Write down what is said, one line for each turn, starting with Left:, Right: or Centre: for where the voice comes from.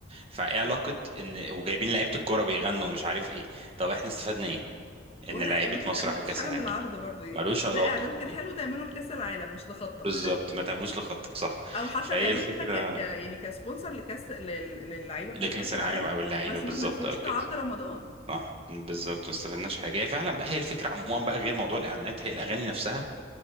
Right: فايه علاقه ان وجايبين لعيبه الكوره بيغنوا ومش عارف ايه طب احنا استفدنا ايه
Left: ولا
Right: ان لعيبه
Left: ما خدت
Right: مصر
Left: انا ما
Right: راحوا
Left: خدتش
Right: كاس
Left: حاجه
Right: العالم
Left: من العرض برضو يعني
Right: ملوش علاقه
Left: ده اعلان كان
Right: مم.
Left: حلو تعمله لكاس العالم مش لخطك
Right: بالظبط
Left: <laughs>
Right: ما تعملوش لخطك صح
Left: او حتى
Right: فهي
Left: تعمله
Right: الفكره
Left: انت ك... ك... يعني كسبونسر لكاس لل... للعيبه بتاعت
Right: لكاس
Left: كاس
Right: العالم
Left: العالم
Right: او اللعيبه
Left: بس
Right: بالظبط
Left: ما تنزلوش
Right: او كده
Left: كعرض رمضان
Right: صح بالظبط ما استفدناش حاجه هي فعلا بقى هي الفكره عموما بقى غير موضوع الاعلانات هي الاغاني نفسها